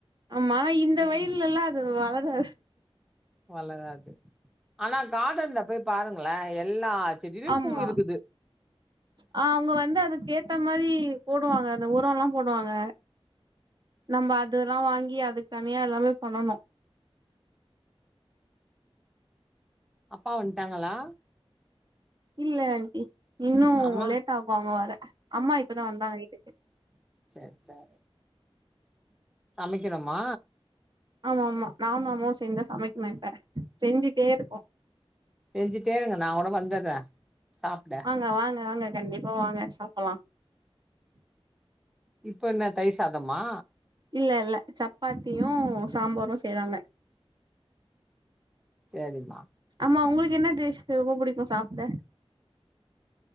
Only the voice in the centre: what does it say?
ம்.
வளராது ஆனா காடன்ல போய் பாருங்களே எல்லா செடியிலயும்
பூ இருக்குது.
அப்பா வண்டாங்களா
அம்மா
சரி சரி சமக்கணும்மா
செஞ்சுட்டே இருங்க நா கூட வந்துர்றே சாப்ட
இப்ப என்ன தயி சாதமா
செரிம்மா